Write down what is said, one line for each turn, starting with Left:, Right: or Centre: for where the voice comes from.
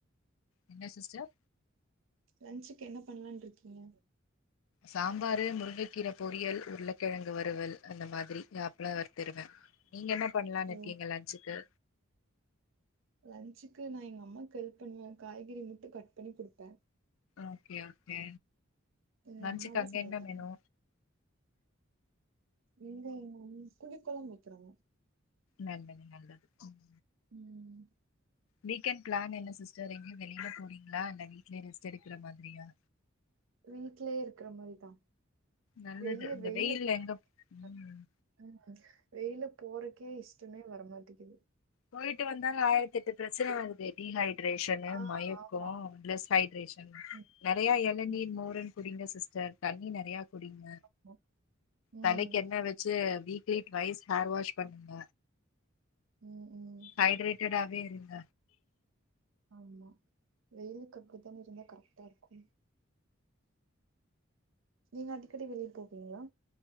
Left: என்ன சிஸ்டர்?
Right: லன்ச்சுக்கு என்ன பண்லான்ருக்கீங்க
Left: சாம்பாரு முருங்கைக்கீர பொரியல் உருளக்கிழங்கு வறுவல் அந்த மாதிரி அப்லொ வர்த்திருவே நீங்க என்ன பண்ணலானு
Right: ஓ!
Left: இருக்கிங்க லஞ்சுக்கு
Right: லன்ச்சுக்கு நா எங்க அம்மாக்கு ஹெல்ப் பண்ணுவ காய்கறி மட்டு கட் பண்ணி குடுப்ப
Left: ஓகே ஓகே
Right: எங்க
Left: லன்ச்சுக்கு
Right: அம்மாதா
Left: அங்க
Right: சமைப்பாங்க
Left: என்ன மெனு
Right: இங்க எங் மம்மி புளிக்கொழம்பு வெக்கிறாங்க
Left: நல்லது நல்லது ம்
Right: ம்
Left: வீக்கெண்ட் பிளான் என்ன சிஸ்டர் எங்கியு வெளில போறிங்ளா இல்ல வீட்லயே ரெஸ்ட் எடுக்கிற மாதிரியா
Right: வீட்லயே இருக்கிற மாரிதா
Left: நல்லது
Right: வெளிய
Left: இந்த
Right: வெயிலு
Left: வெயில்ல
Right: <inaudible>
Left: எங்க ம்
Right: ம் வெளில போறக்கே இஷ் இடமே வர மாட்டேங்கிது
Left: போயிட்டு வந்தாலு ஆயிரத்தெட்டு பிரச்சன
Right: இருக்கு.
Left: வருது டீஹைட் ரேஷனு
Right: ஆ
Left: மயக்கோ
Right: ஆமா.
Left: லெஸ் ஹைட்ரேஷன்
Right: ம்.
Left: நெறையா எளநீர்
Right: ம்.
Left: மோருனு குடிங்க சிஸ்டர் தண்ணி நெறையா குடிங்க
Right: ஆமா. ம்.
Left: தலைக்கு எண்ணெ வெச்சு வீக்லி ட்வைஸ் ஹேர் வாஷ் பண்ணுங்க
Right: ம் ம்.
Left: ஹைட்ரேட்டடா வே இருங்க
Right: ஆமா வெயிலுக்கு அப்டித்தானே இருந்தா கரெக்டா இருக்கூ நீங்க அடிக்கடி வெளிய போவீங்ளா